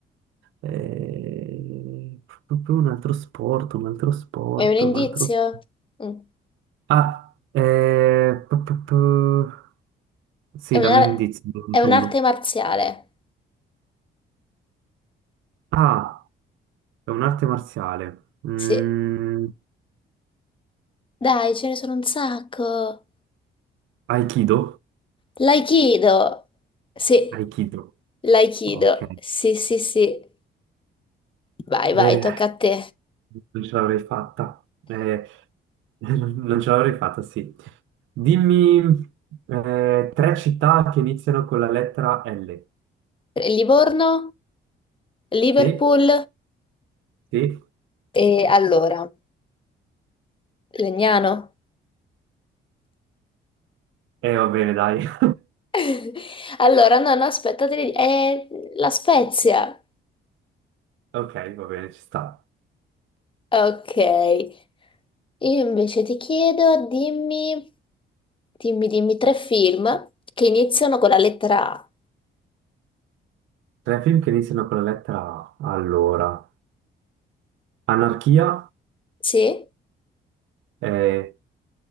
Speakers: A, on the right; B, on the left.
A: Eh, proprio un altro sport, un altro sport,
B: È un indizio?
A: un altro...
B: Mm.
A: Ah, eh, pu- pu- pu- sì,
B: È una-
A: dammi un indizio, ne conto
B: è un'arte
A: uno.
B: marziale.
A: Ah, è un'arte marziale. Mm,
B: Sì. Dai, ce ne sono un sacco.
A: Aikido?
B: L'aikido. Sì,
A: Aikido,
B: l'aikido.
A: ok.
B: Sì, sì, sì. Vai,
A: Beh,
B: vai, tocca a te.
A: non ce l'avrei fatta. Eh, <laughs> non ce l'avrei fatta, sì. Dimmi eh, tre città che iniziano con la lettera L.
B: Livorno, Liverpool
A: Sì, sì.
B: e allora, Legnano.
A: E va bene, dai. <laughs>
B: <laughs> Allora, no, no, aspetta, te le- è la Spezia.
A: Ok, va bene, ci sta.
B: Ok, io invece ti chiedo, dimmi, dimmi, dimmi tre film che iniziano con la lettera A.
A: Tre film che iniziano con la lettera A. Allora, Anarchia
B: Sì?
A: e...